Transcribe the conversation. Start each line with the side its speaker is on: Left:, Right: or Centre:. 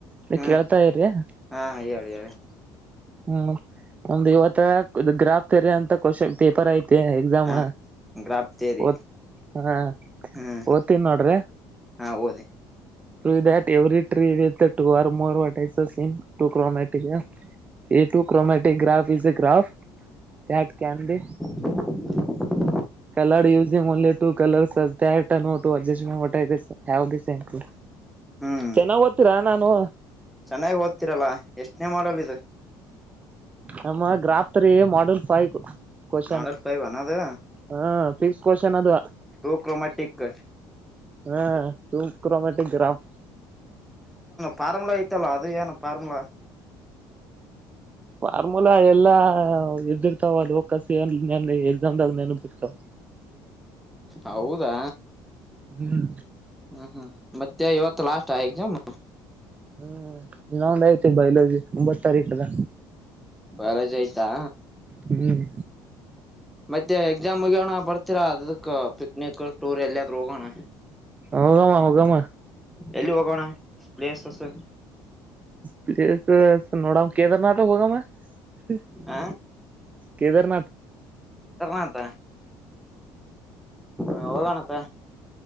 Right: ನೀ
Centre: ಹ್ಮ್
Right: ಕೇಳ್ತಾ ಇರ್ರಿ.
Centre: ಹಾ ಹೇಳಿ ಹೇಳಿ
Right: ಹ್ಮ್ ಒಮ್ದ್ ಇವತ್ತ ಗ್ರಾಫ್ ತೆರ್ರ ಅಂತ ಕ್ವಶನ್ ಪೇಪರ್ ಐತ್ ತೆ ಎಕ್ಸಾಮ
Centre: ಹಾ ಗ್ರಾಪ್ ತೇರಿ
Right: ಒತ್ ಹ
Centre: ಹ್ಮ್
Right: ಓದ್ತನಿ ನೋಡ್ರಿ.
Centre: ಹಾ ಓದಿ.
Right: ಟುವಿ that Yuri tree with two or more uh vertices in two I Chrome ಮ್ಯಾಟಿಗೆ. ಎಟು chromatic graph is a graph that can B.
Centre: <inaudible>
Right: Coloured ಯೂಸಿಯಂ only two colour ಸಸ್ that note <unintelligible> what I this have this. Thank you
Centre: ಹ್ಮ್
Right: ಚೆನ್ನಾಗ್ ಓದ್ತೀರಾ ನಾನು.
Centre: ಚೆನ್ನಾಗಿ ಓದ್ತಿರಲ್ಲ ಎಷ್ಟನೇ model ಇದು.
Right: ನಮ್ಮ graph theory ಮಾಡಲ್ five question
Centre: ಮಾಡಲ್ five ಅನ್ನೋದು
Right: ಹ. ಸಿಕ್ಸ್ ಕೋಶನ್ ಅದು.
Centre: True chromatic.
Right: ಹ್ಮ ಟು ಕ್ರೋಮೆಟಕ್ ಗ್ರಾಫ್.
Centre: ಫಾರಂಲ ಐತಲ ಅದು ಏನು ಫಾರ್ಮುಲಾ.
Right: ಫಾರ್ಮುಲಾ ಎಲ್ಲಾ ಇದ್ದಿರ್ತವಲ್ಲೊ ಕಸಿ ಎನ್ ನೆನ್ ಎಕ್ಸಾಮ್ದಾಗ ನೆನಪ್ ಇರ್ತವ.
Centre: ಹೌದಾ.
Right: ಹ್ಮ್
Centre: ಹ್ಮ್ ಹ್ಮ್ ಮತ್ತೆ ಇವತ್ತ ಲಾಸ್ಯ ಆ ಎಕ್ಸಾಮ್.
Right: ಹ್ಮ್ ಹಿನಾ ಒಂದ್ ಆಯ್ತಿ ಬಯೋಲಜಿ ಒಂಬತ್ ತಾರೀಕದ.
Centre: ಬರೆಜ್ ಆಯ್ತಾ.
Right: ಹ್ಮ್
Centre: ಮತ್ತೆ ಎಕ್ಸಾಮ್ ಮುಗ್ಯಣ ಬರ್ತೀರಾ ಅದಕ್ ಪಿಕ್ನಿಕ್ ಟೂರ ಎಲ್ಲಾದ್ರೂ ಹೋಗೋಣ.
Right: ಹೋಗಮ್ಮ ಹೋಗಮ್ಮ
Centre: ಎಲ್ಲಿ ಹೋಗೋಣ ಪ್ಲೇಸಸ.
Right: ಪ್ಲೇಸಸ ನೋಡಮ್ ಕೇದಾರ್ನಾಥ್ ಹೋಗಮ ಹ್
Centre: ಹ
Right: ಕೇದಾರನಾಥ್.
Centre: ಅದ. ಹ ಹೋಗಣತ್ತ